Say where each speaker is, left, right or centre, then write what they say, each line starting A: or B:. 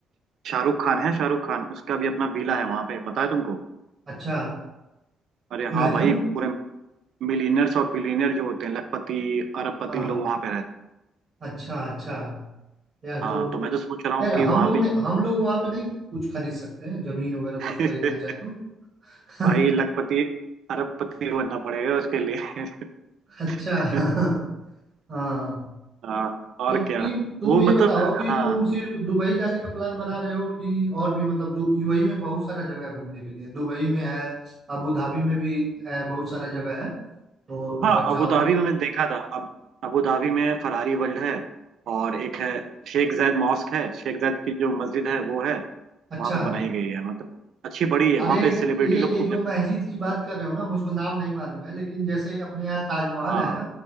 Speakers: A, on the right; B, on the right.
A: शाहरुख खान है शाहरुख खान उसका भी अपना विला है वहां पे पता है तुमको
B: अच्छा
A: अरे हाँ
B: गजब
A: भाई पूरे मिलियनर्स और बिलियनर जो होते हैं लखपति अरबपति
B: हाँ
A: लोग वहां पे रहते हैं
B: अच्छा अच्छा यार
A: हाँ
B: तो
A: तो मैं तो सोच रहा हूँ
B: यार
A: कि
B: हम
A: वहां
B: लोग
A: पे
B: ने हम लोग वहाँ पे नहीं कुछ खरीद सकते हैं जमीन वगैरह कुछ
A: जाऊँ
B: खरीदना चाहे
A: <laughs>
B: तो <laughs>
A: भाई लखपति अरबपति बनना पड़ेगा उसके लिए
B: अच्छा
A: <laughs>
B: हाँ हाँ।
A: हाँ और
B: तो तीन
A: क्या
B: तुम
A: वो
B: ये
A: मतलब
B: बताओ कि
A: हाँ
B: तुम सिर्फ दुबई जाने का प्लान बना रहे हो कि और भी मतलब दु- यूएई में बहुत सारा जगह है घूमने के लिए दुबई में है अबू धाबी में भी है बहुत सारा जगह है तो
A: हाँ
B: अगर चाहो
A: अबू धाबी में मैंने देखा था अब अबू धाबी में फरारी वर्ल्ड है और एक है शेख जायद मॉस्क है शेख जायद की जो मस्जिद है वो है
B: अच्छा
A: वहाँ पे बनाई गई है मतलब अच्छी बड़ी है वहाँ
B: अरे
A: पे सेलिब्रिटी
B: ये
A: लोग
B: ये
A: खूब
B: जो
A: जाते
B: मस्जिद की बात कर रहे हो ना मुझको नाम नहीं मालूम है लेकिन जैसे अपने यहाँ ताजमहल
A: हैं हाँ
B: है ना